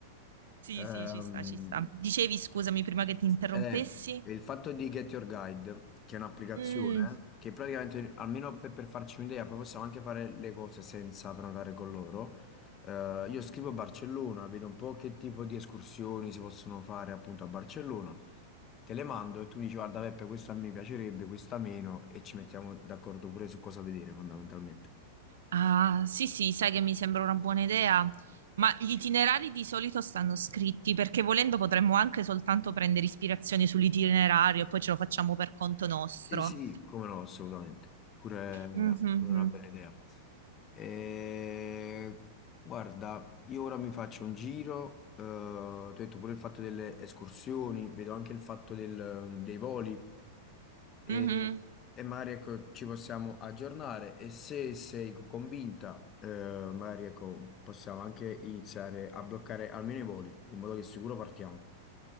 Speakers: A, on the right; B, on the left.
A: Sì,
B: Ehm,
A: sì, ci sta, ci sta. Dicevi, scusami, prima che ti interrompessi?
B: Eh, il fatto di Get Your Guide, che è un'applicazione
A: Mm.
B: che praticamente, almeno per, per farci un'idea, poi possiamo anche fare le cose senza prenotare con loro. Eh, io scrivo Barcellona, vedo un po' che tipo di escursioni si possono fare appunto a Barcellona, te le mando e tu dici guarda Peppe, questa mi piacerebbe, questa meno e ci mettiamo d'accordo pure su cosa vedere fondamentalmente.
A: Ah, sì, sì, sai che mi sembra una buona idea, ma gli itinerari di solito stanno scritti perché volendo potremmo anche soltanto prendere ispirazione sull'itinerario e poi ce lo facciamo per conto nostro.
B: Sì, sì, come no, assolutamente. Pure,
A: Mhm,
B: pure una bella idea. E, guarda, io ora mi faccio un giro, eh, ti ho detto pure il fatto delle escursioni, vedo anche il fatto del- dei voli e,
A: mhm.
B: e magari ecco, ci possiamo aggiornare e se sei co- convinta, eh, magari ecco, possiamo anche iniziare a bloccare almeno i voli, in modo che sicuro partiamo.